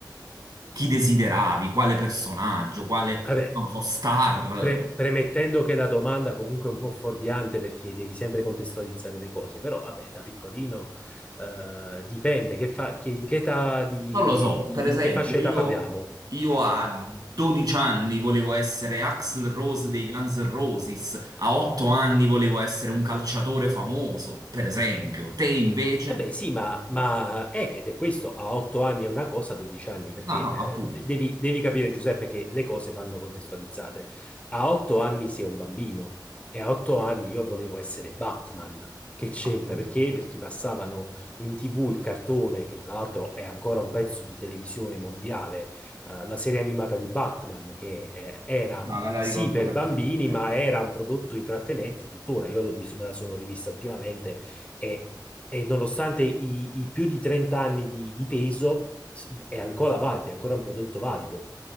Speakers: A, on the right; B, on the left.
A: Chi desideravi? Quale personaggio? Quale,
B: Vabbè,
A: non lo so, star?
B: pre- premettendo che la domanda comunque è un po' fuorviante perché devi sempre contestualizzare le cose, però vabbè, da piccolino eh, dipende che fa- che- di che età, di,
A: Non lo so,
B: di-
A: per esempio,
B: di che fascia età
A: io,
B: parliamo.
A: io a 12 anni volevo essere Axl Rose dei Guns N' Roses, a 8 anni volevo essere un calciatore famoso, per esempio. Te invece?
B: Eh beh, sì, ma, ma
A: Eh,
B: eh, ed è questo, a 8 anni è una cosa, a 12 anni, perché
A: No, no,
B: eh,
A: appunto,
B: de- devi, devi capire, Giuseppe, che le cose vanno contestualizzate. A 8 anni si è un bambino e a 8 anni io volevo essere Batman. Che c'entra?
A: appunto.
B: Perché? Perché passavano in TV il cartone, che tra l'altro è ancora un pezzo di televisione mondiale, eh, la serie animata di Batman, che eh, era
A: No, me la
B: sì
A: ricordo
B: per
A: perfettamente.
B: bambini, ma era un prodotto intrattenente tuttora. Io l'ho- mi- so, me la sono rivista ultimamente e e nonostante i, i più di 30 anni di, di peso, s- è ancora valido, è ancora un prodotto valido.